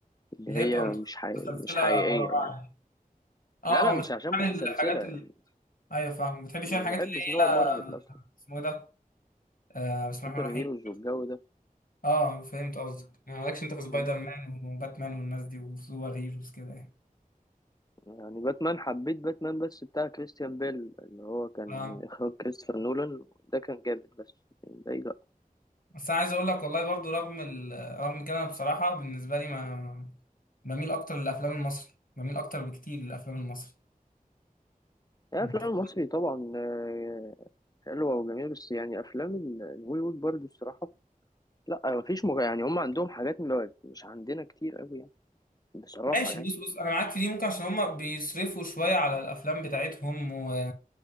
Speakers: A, on the left; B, on the left.
A: اللي
B: اللي
A: هي
B: هي بتبقى
A: مش حقيقية
B: متسلسله
A: مش حقيقيه
B: ورا بعض
A: يعني
B: يعني. اه
A: لا لا
B: اه
A: مش
B: ما بتحبش
A: عشان متسلسلة
B: يعني الحاجات
A: يعني
B: اللي ايوه فاهم ما بتحبش
A: ما
B: يعني الحاجات
A: بحبش
B: اللي هي
A: نوع مارفل أصلا
B: اسمه إيه ده آه بسم
A: سوبر
B: الله الرحمن الرحيم
A: هيروز والجو ده
B: اه فهمت قصدك يعني مالكش انت في سبايدر
A: مم.
B: مان وباتمان والناس دي وسوبر هيروز كده يعني
A: يعني باتمان حبيت باتمان بس بتاع كريستيان بيل اللي هو كان
B: اه
A: إخراج كريستوفر نولان ده كان جامد بس لكن باقي لأ
B: بس انا عايز اقول لك والله برضو رغم ال... رغم كده أنا بصراحه بالنسبه لي ما بميل اكتر للافلام المصري بميل اكتر بكتير للافلام المصري
A: يعني
B: انت
A: الأفلام المصري طبعا آه، حلوة وجميلة بس يعني أفلام ال- الهوليوود برضو الصراحة لأ مفيش مغ... يعني هم عندهم حاجات م- مش عندنا كتير أوي يعني بصراحة
B: ماشي
A: يعني
B: بص بص انا معاك في دي ممكن عشان هما بيصرفوا شويه على الافلام بتاعتهم و...